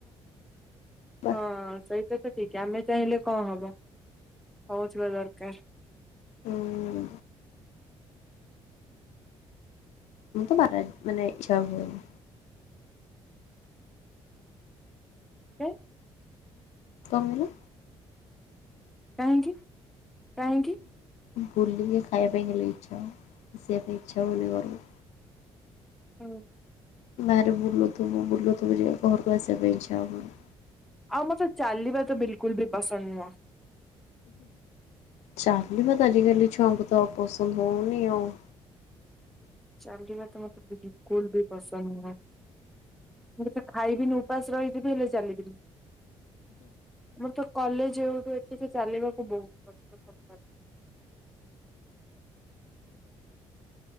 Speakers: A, on the left; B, in the centre.
A: ହବା।
B: ହଁ ସେଇ ତ ଠିକ ଆମେ ଚାହିଁଲେ କଣ ହବ ହଉଥିବା ଦରକାର
A: ହୁଁ ମତ ବ ମାନେ ଚ୍ଛା ହୁନ
B: ହ
A: କଣ କଲ
B: କାହିଁକି କାହିଁକି
A: ଭୁଲିକି ଖାଇବା ପାଇଁ ହେଲେ ଇଚ୍ଛା ଆସିବା ପାଇଁ ଇଚ୍ଛା ହଉନି କରକୁ
B: ହୁଁ
A: ହାରେ ବୁଲୁ ତୁବୁ ବୁଲୁ ଥୀବୁ ଘର କସ ବ ଛାମନି
B: ଆଉ ମୋତେ ଚାଲିବା ତ ବିଲକୁଲ ବି ପସନ୍ଦ ନୁହଁ।
A: ଚାଲିବା ତ ଆଜିକାଲି ଛୁଆଙ୍କୁ ଜମା ପସନ୍ଦ ହଉନିି ଆଉ।
B: ଚାଲିବା ତ ମତେ ବିଲକୁଲ ବି ପସନ୍ଦ ନୁହଁ ମୁଁ ଖାଇବିନି ଉପାସ ରହିଥିବି ହେଲେ ଚାଲିବିନି। ମୁଁ ତ। କଲେଜ ଯୋଠୁ ଏଥିରେି ଚାଲିବାକୁ ବହୁତ କଷ୍ଟ।